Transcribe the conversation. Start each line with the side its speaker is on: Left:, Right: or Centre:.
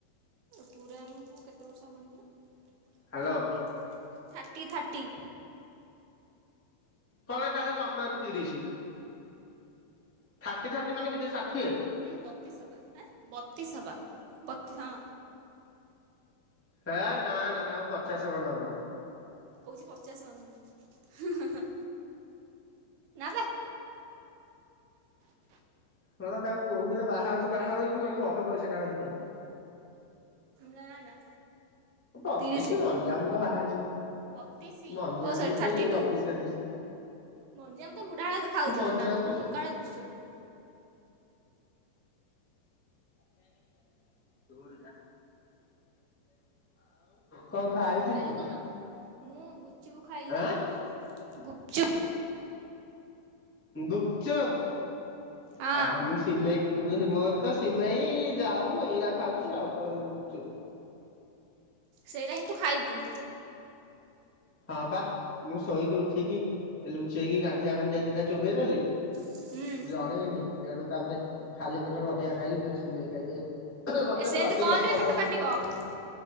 Right: କୁରା ମାମୁଁକୁ କେତେ ବର୍ଷ ହେବଣି କିଲୋ
Centre: ହ୍ୟାଲୋ
Right: ଥର୍ଟି ଥାର୍ଟି ଥାର୍ଟି
Centre: କଣ କାଳେ ଜମାରୁ ତିରିଶି। ଥାର୍ଟି ଥାର୍ଟି ମାନେ କେତେ ଷାଠିଏ?
Right: ଏ ବତିଶ ହବା ହଁ ବତି ହବା ବତି ହଁ।
Centre: ହେ ନା ନା ନାମ ପଚାଶ ଖଣ୍ଡେ ହବଣି।
Right: କହୁଛି ପଚାଶ ହବ ନା ବେ
Centre: ମଲା ତାଙ୍କୁ କହୁଥିଲେ ବାହା ହଉନି ବାହା ହଉନି ମୁଁ କହିଲି ବହେ ବୟସ କାଳେ ହେଇଥିବ ବୋଲି।
Right: ନା ନା।
Centre: ବତିଶି
Right: ତିରିଶି
Centre: ମଞ୍ଜାମୁ ତ ବାହା ହେଇଛି
Right: ବତିଶି
Centre: ମଞ୍ଜାମୁ
Right: ଓ ସରି
Centre: ବି ସେଇ
Right: ଥାର୍ଟି
Centre: ବତିଶ
Right: ଟୁ।
Centre: ତେତିଶରେ
Right: ମଝିଆ ମାମୁଁ ତ ବୁଢ଼ା ଭାଲିଆ ଦେଖା ଯାଉଥିଲେ
Centre: ମଞ୍ଜାମୁ
Right: ମାମୁଁ ତ
Centre: ବି
Right: ପୁରା ଟୋକା ଭଳିଆ ଦୁସୁଛନ୍ତି।
Centre: <unintelligible> ଆଉ କଣ ଖାଇଚୁ
Right: ଖାଇଲୁ କଣ? ମୁଁ ଗୁପଚୁପ୍ ଖାଇଲି
Centre: ଆଁ?
Right: ଗୁପଚୁପ୍।
Centre: ଗୁପଚପ
Right: ହଁ
Centre: ଅହ ମୁଁ ସିମେଇ ମୁଁ ମୋରି ତ ସିମେଇ ଯାଉ ଏଇରା ଖାଉଚି ଆଉ ତ ଗୁପଚୁପ୍
Right: ସେଇରା ହିଁ ତୁ ଖାଇବୁ
Centre: ହଁ ପା ମୁଁ ଶୋଇକି ଉଠିକି ଲୁଚେଇକି ଗାଣ୍ଠିଆ ଫାଣ୍ଠିଆ ଦିଟା ଚୋବେଇଦଲି
Right: ହୁଁ
Centre: ଜଣେଇନି ସେଠୁ ତାପରେ ଖାଲି ପେଟରେ ବଟୀକା ଖାଇକି ଫେରେ ସିମେଇ ଖାଇକି ଆଇଲି। ମତେ
Right: ଏ ସେମିତି
Centre: ପ୍ରତି
Right: କହନି
Centre: ଦଶ ପନ୍ଦର
Right: ପେଟ କାଟିବ।
Centre: ମିନିଟ
Right: ହଁ